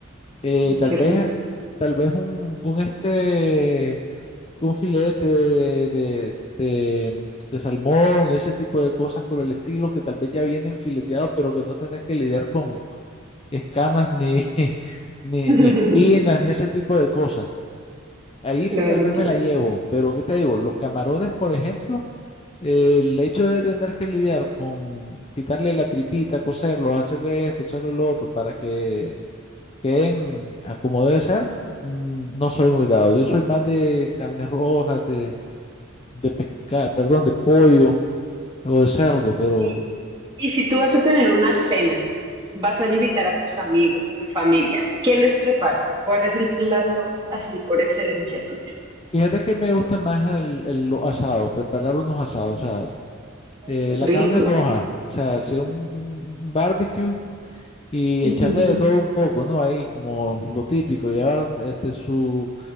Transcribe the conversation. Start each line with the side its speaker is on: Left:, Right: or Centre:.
Left: eh, tal
Right: qué
Left: vez,
Right: rico.
Left: tal vez un, un este, un filete de, de, de- de salmón y ese tipo de cosas por el estilo que tal vez ya vienen fileteados, pero que no tenés que lidiar con escamas ni, <laughs> ni,
Right: <laughs>
Left: ni espinas ni ese tipo de cosas. Ahí
Right: Claro,
Left: sí tal vez
Right: claro.
Left: me la llevo, pero ¿qué te digo? Los camarones, por ejemplo, eh, el hecho de tener que lidiar con quitarle la tripita, coserlos, hacerle esto, hacerle lo otro, para que queden a como debe ser, mm, no soy muy dado. Yo soy más de carnes rojas, de, de pescado, perdón, de pollo o de cerdo, pero
Right: Y, y si tú vas a tener una cena, vas a invitar a tus amigos, a tu familia, ¿qué les preparas? ¿Cuál es el plato así por excelencia tuyo?
Left: fíjate que me gusta más el, el- los asados, preparar unos asados, o sea,
Right: Ay,
Left: eh,
Right: qué rico.
Left: la carne roja, o sea, hacer un, un- un barbecue y
Right: Ujú.
Left: echarle de todo un poco, ¿no? Ahí como lo típico, llevar este su,